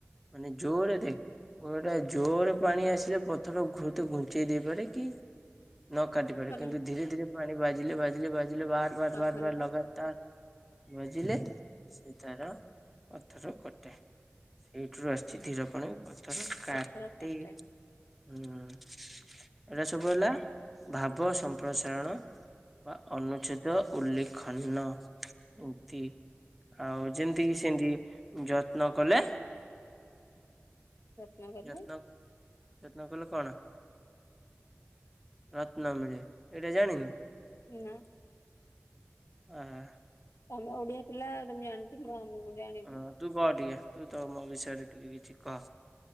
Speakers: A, in the centre; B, on the left.
A: ମାନେ ଜୋରେ
B: ହଁ
A: ଦେଖ କୂଳରେ ଜୋରେ ପାଣି ଆସିଲେ ପଥର ଘୁ ଘୁଞ୍ଚେଇ ଦେଇ ପାରେ କି ନ କାଟି ପାରେ
B: ହରଲିକ୍ସ
A: କିନ୍ତୁ ଧୀରେ ଧୀରେ ପାଣି ବାଜିଲେ ବାଜିଲେ ବାଜିଲେ ବାହା ବାର
B: ପଥରଟା
A: ବାର ବାର ଲଗାତାର
B: କାଟେ
A: ବାଜିଲେ ସେ ତାର ପଥର କଟେ। ସେଇଥିରୁ ଆସିଛି ଧୀର ପାଣି ପଥର କାଟି
B: ପଥର କାଟେ
A: ଉଁ। ଏରାଆ ସବୁ ହେଲା ଭାବ ସମ୍ପ୍ରସାରଣ ବା ଅନୁଚ୍ଛେଦ ଉଲ୍ଲେଖନ ଉକ୍ତି। ଆଉ ଯେମିତିକିସେମିତି ଯତ୍ନ କଲେ
B: ଯତ୍ନ କଲେ
A: ଯତ୍ନ ଯତ୍ନ କଲେ କଣ? ରତ୍ନ ମିଳେ ଏଇଟା ଜାଣିନୁ।
B: ନାଆଁ।
A: ଆହା।
B: ତମେ ଓଡିଆ ପିଲା ତମେ ଜାଣିଥିବ ମୁଁ ଜାଣିନୁ।
A: ହଁ ତୁ କଅ ଟିକେ ତୁ ତ ମୋ ବିଷୟରେ ଟିକେ କିଛି କଅ?